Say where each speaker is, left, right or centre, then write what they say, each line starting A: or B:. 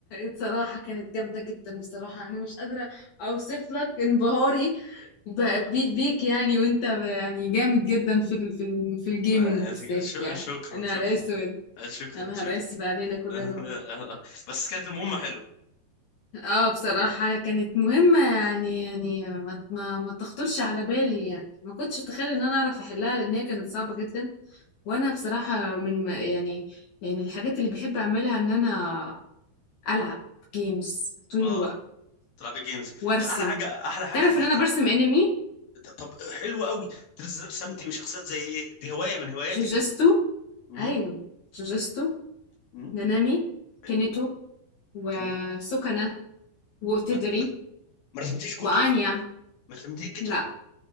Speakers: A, on the left; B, on the left.
A: بصراحة كانت جامدة جدا بصراحة أنا مش قادرة أوصف لك انبهاري
B: <laughs>
A: ب- بي- بيك يعني وأنت ب- يعني جامد جدا في ال في ال في الجيمنج
B: ولا- يعني
A: بالذات
B: شو-
A: يعني
B: شكرا
A: أنا
B: شكرا
A: نهار أسود
B: شكرا
A: يا نهار
B: شكرا
A: أسود علينا كلنا
B: <laughs>
A: والله
B: بس كانت المهمة حلوة
A: اه بصراحة كانت مهمة يعني يعني ما ما ما تخطرش على بالي يعني ما كنتش أتخيل إن أنا أعرف أحلها لأن هي كانت صعبة جدا وأنا بصراحة من ما- يعني يعني الحاجات اللي بحب أعملها إن أنا ألعب جيمز طول
B: اه
A: الوقت
B: تلعبي جيمز
A: وارسم
B: احلى حاجة احلى حاجة
A: تعرف
B: في الج...
A: ان انا برسم انمي
B: طب حلو قوي بتنزل رسمتي من شخصيات زي ايه دي هواية من هواياتك
A: جوجستو
B: دي مهم.
A: ايوه جوجستو
B: مهم.
A: نانامي
B: حلوين
A: كينيتو وسوكانا
B: جميل
A: وتدري
B: ما, ما رسمتيش جوتو
A: وانيا
B: ما رسمتيش جيتو
A: لا